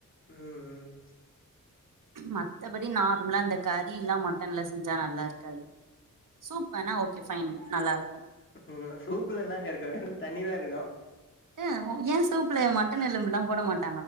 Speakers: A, on the left (about 40°); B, on the right (about 75°).
A: ம் ம்
B: மத்தபடி நார்மலா இந்த கறில்லாம் மட்டன்ல்ல செஞ்சா நல்லாருக்காது சூப்ப வேனா ஓகே பைன் நல்லாருக்கும்
A: அது சூப்ல என்னாக்காருக்கும் வெறும் தண்ணிதாருக்கும்
B: ஏ ஏன் சூப்ல மட்டன் எலும்பெலாம் போட மாட்